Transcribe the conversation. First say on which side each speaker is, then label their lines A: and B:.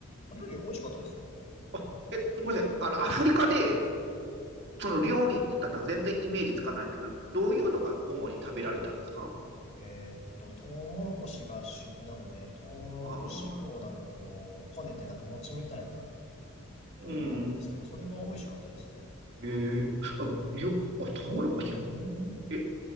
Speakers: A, on the left; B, on the right.
A: まあ料理美味しかったですよ。
B: あ、え、ごめんなさい。あの、アフリカで、その料理って言ったらなんか全然イメージつかないんですけど、どういうのが主に食べられたんですか
A: えーっと、トウモロコシが主食なので、トウモロコシ粉をなんかこう、
B: ああ
A: こねてなんか餅みたいな
B: ー、
A: 料理があるんですけど、
B: うん。
A: それは美味しかったですね。
B: えー、あ、もうよ、あ、トウモロコシ、うんえ、